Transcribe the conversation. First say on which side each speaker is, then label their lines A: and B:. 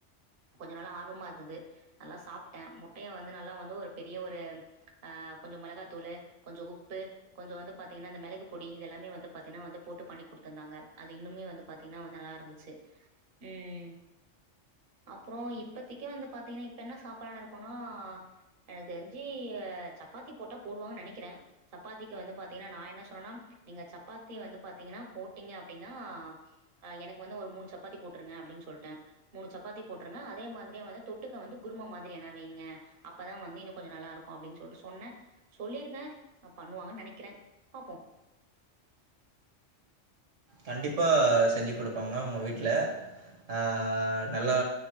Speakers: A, on the right; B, on the right.
A: கொஞ்ச நால்ல ஆர்வமா இருந்தது நல்லா சாப்பிட்டேன் முட்டையும் வந்து. நல்ல வந்து ஒரு பெரிய ஒரு ஆஹ கொஞ்சம் மிளகாத்தூள் கொஞ்சம் உப்பு கொஞ்சம் வந்து பாத்தீங்கன்னா அந்த மிளகு பொடி இதெல்லாமே வந்து பாத்தீங்கன்னா வ போட்டு பண்ணி கொடுத்துருந்தாங்க அது இன்னுமே வந்து பாத்தீங்கன்னா வ நல்லா இருந்துச்சு உம் அப்புறம் இப்பத்தக்கு வந்து பாத்தீங்கன்னா இப்ப என்ன சாப்பிட இருக்கோனா. எனக்கு தெரிஞ்சு சப்பாத்தி போட்டா போடுவாங்கன்னு நினைக்கிறேன் சப்பாத்திக்கு வந்து பாத்தீங்கன்னா நான் என்ன சொன்னேன்னா நீங்க சப்பாத்தி வந்து பாத்தீங்கன்னா போட்டீங்க அப்படின்னா அஹ எனக்கு வந்து ஒரு மூணு சப்பாத்தி போட்டருங்க அப்படின்னு சொல்லிட்டேன் மூணு சப்பாத்தி போட்டருங்க அதே மாதிரியே வந்து தொட்டுக்க வந்து குரும மாதிரி என்ன வைங்க. அப்பதான் வந்து இன்னும் கொஞ்சம் நல்லா இருக்கும் அப்படின்னு சொல்லிட்டு சொன்னேன் சொல்லியிருக்கேன் ந பண்ணுவாங்கன்னு நினைக்கிறேன் பாப்போம்
B: கண்டிப்பா செஞ்சு கொடுப்பாங்க உங்க வீட்டில் ஆஹ் நல்லா